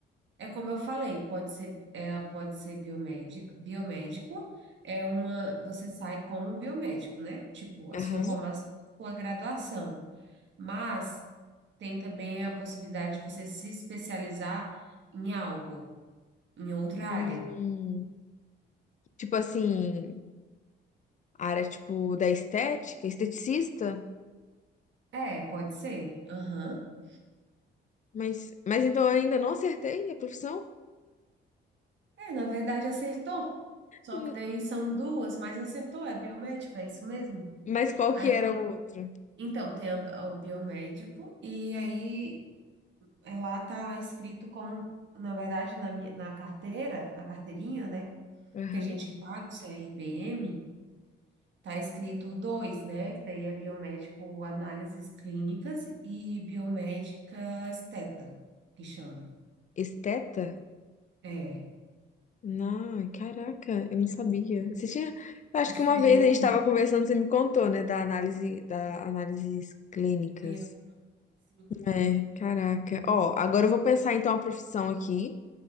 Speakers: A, on the right; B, on the left.
A: é como eu falei, pode ser, ela pode ser biomédica, biomédico é uma, você sai como biomédico, né? Tipo,
B: Aham.
A: a sua formação, sua graduação. Mas tem também a possibilidade de você se especializar em algo. Em outra área.
B: Hum, tipo assim, a área tipo da estética, esteticista?
A: É, pode ser. Aham.
B: Mas, mas então eu ainda não acertei a profissão?
A: É, na verdade acertou. Só
B: Hum,
A: que daí são duas, mas acertou, é biomédico, é isso mesmo?
B: Mas qual
A: Aí,
B: que era o outro?
A: então, tem a- o biomédico, e aí é, lá tá escrito como, na verdade, na, minha- na carteira, na carteirinha, né?
B: Aham.
A: Que a gente paga o CRBM, tá escrito dois, né? Que daí é biomédico análises clínicas e biomédica esteta, que chama.
B: Esteta?
A: É.
B: Não, caraca, eu não sabia. Você tinha, eu
A: É
B: acho
A: diferente,
B: que uma vez a gente estava
A: né?
B: conversando, você me contou, né, da análise, da análises clínicas.
A: Olha, sim.
B: É, caraca. Ó, agora eu vou pensar então a profissão aqui.